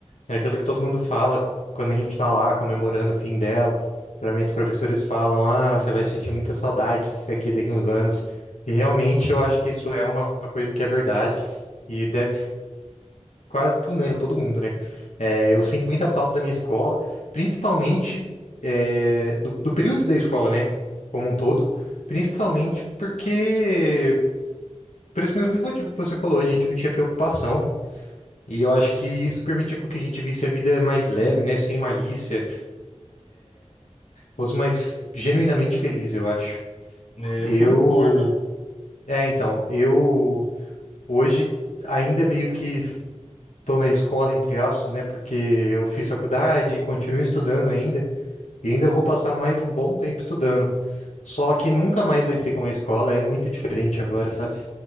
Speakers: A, on the left; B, on the left.
A: É aquilo que todo mundo fala quando a gente tá lá comemorando o fim dela. Geralmente os professores falam: "Ah, você vai sentir muita saudade disso aqui daqui a uns anos". E realmente eu acho que isso é uma coisa que é verdade e deve quase que unânime pra todo mundo, né? É, eu sinto muita falta da minha escola, principalmente é, do, do período da escola, né? Como um todo, principalmente porque, por esse mesmo motivo que você falou, a gente não tinha preocupação. E eu acho que isso permitia com que a gente visse a vida mais leve, né? Sem malícia, fosse mais genuinamente feliz, eu acho.
B: É,
A: Eu.
B: eu concordo.
A: É, então, eu hoje ainda meio que. Estou na escola, entre aspas, né? Porque eu fiz faculdade e continuo estudando ainda. E ainda vou passar mais um bom tempo estudando. Só que nunca mais vai ser como a escola, é muito diferente agora, sabe?